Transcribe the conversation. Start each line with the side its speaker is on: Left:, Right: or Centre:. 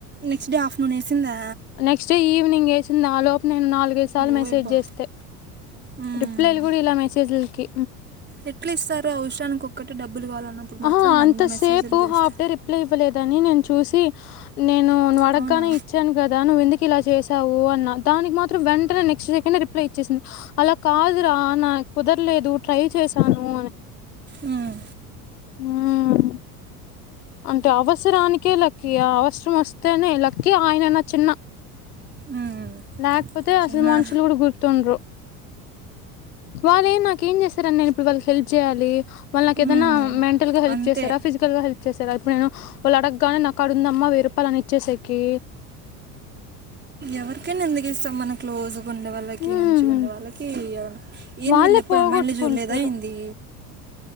Right: నెక్స్ట్ డే ఆఫ్టర్నూన్ యేసిందా
Left: నెక్స్ట్ డే ఈవినింగ్ యేసింది ఆ లోపు నేను నాలుగైదు సార్లు
Right: ఓయబ్బా
Left: మెసేజ్ జేస్తే
Right: మ్మ్.
Left: రిప్లైలు గూడా ఈలే మెసేజ్లకి
Right: ఎట్లా ఇస్తారు అవసరానికి ఒక్కటి డబ్బులు కావాలన్నప్పుడు
Left: ఆహా
Right: మాత్రం వంద
Left: అంత
Right: మెసేజ్లు
Left: సేపు
Right: చేస్తారు
Left: హాఫ్ డే రిప్లై ఇవ్వలేదని నేను చూసి నేను నువ్వు అడగానే
Right: అవునా
Left: ఇచ్చాను గదా నువ్వెందుకు ఇలా చేసావు అన్న దానికి మాత్రం వెంటనే నెక్స్ట్ డే కి రిప్లై ఇచ్చేసింది అలా కాదు రా కుదరలేదు ట్రై చేశాను అని
Right: ఉం
Left: ఉమ్ అంటే అవసరానికే లక్కి ఆ అవసరం వస్తేనే లక్కి ఆయన నా చిన్న
Right: మ్మ్.
Left: లేకపోతే
Right: చిన్న
Left: అసలు మనుషులు గూడా గుర్తుండరు వాళ్ళే నాకేం జేశారని నేను ఇప్పుడు వాళ్ళకి హెల్ప్ చేయాలి వాళ్ళ నాకేదన్నా
Right: మ్మ్.
Left: మెంటల్ గా హెల్ప్
Right: అంతే
Left: చేసారా ఫిజికల్ గా హెల్ప్ చేసారా ఇప్పుడు నేను వాళ్ళు అడగగానే నాకాడుందమ్మా వెయ్యిరూపాయలు అని ఇచ్చేసేకి
Right: ఎవరికైనా ఎందుకు ఇస్తాం మనం క్లోజ్ గున్నవాళ్ళకి
Left: ఉమ్
Right: మంచిగుండె వాళ్ళకి ఏంది
Left: వాళ్ళే
Right: వీళ్ళు ఎప్పుడు
Left: పోగొట్టుకుంటారు
Right: అమ్మాయిలను చూడలేదా ఏంది